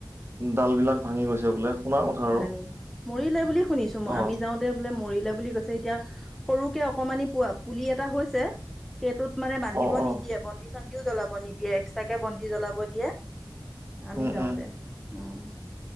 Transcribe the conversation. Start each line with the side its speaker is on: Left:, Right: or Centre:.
Right: ডাল বিলাক ভাঙি গৈছে বোলে। শুনা কথা আৰু
Centre: ভাঙি মৰিলে বুলি শুনিছো, মই
Right: অ
Centre: আমি যাওঁ তে বোলে মৰিলে বুলি কৈছে এতিয়া সৰুকে অকমানি পোৱা পুলি এটা হৈছে। সেইটোত মানে বান্ধিব
Right: অ অ
Centre: নিদিয়ে বন্তি চন্তিও জ্বলাব নিদিয়ে এক্সট্ৰাকে বন্তি জ্বলাব দিয়ে। আমি
Right: উম
Centre: যাওঁতে
Right: উম
Centre: উম।